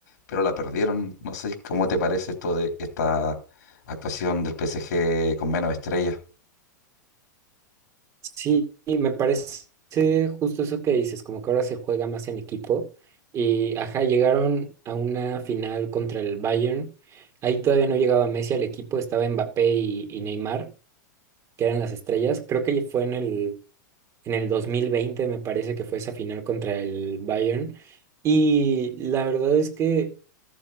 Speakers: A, on the left; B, on the right.
A: pero la perdieron. No sé cómo te parece esto de esta actuación del PSG con menos estrellas.
B: Sí, y me parece justo eso que dices, como que ahora se juega más en equipo. Y ajá, llegaron a una final contra el Bayern. Ahí todavía no llegaba Messi al equipo, estaba Mbappé y, y Neymar, que eran las estrellas. Creo que fue en el, en el 2020 me parece que fue esa final contra el Bayern. Y la verdad es que